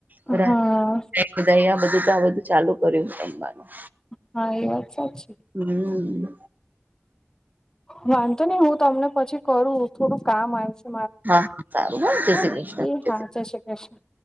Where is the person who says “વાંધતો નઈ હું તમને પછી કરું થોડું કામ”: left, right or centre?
Left